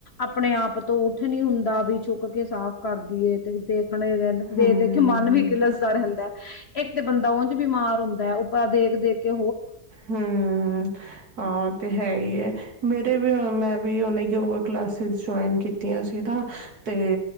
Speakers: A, on the left; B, on the right.
A: ਆਪਣੇ ਆਪ ਤੋਂ ਉੱਠ ਨੀ ਹੁੰਦ ਆ ਵੀ ਚੁੱਕ ਕੇ ਸਾਫ਼ ਕਰਦੀਏ। ਦੇਖਣੇ ਰਹਿੰਦੇ। ਦੇਖ
B: ਹੂੰ
A: ਦੇਖ ਕੇ ਮਨ ਵੀ ਕਿਲਸਦਾ ਰਹਿੰਦੈ। ਇੱਕ ਤੇ ਬੰਦਾ ਉਂਝ ਬਿਮਾਰ ਹੁੰਦੈ ਆ ਦੇਖ ਦੇਖ ਕੇ
B: ਹਮ, ਹਾਂ ਤੇ ਹੈ ਈ ਐ। ਮੇਰੇ ਵੀ ਹੁਨ, ਮੈਂ ਵੀ ਹੁਨੇ ਯੋਗਾ ਕਲਾਸਿਸ ਜੁਆਇਨ ਕੀਤੀਆਂ ਸੀਨਾ। ਤੇ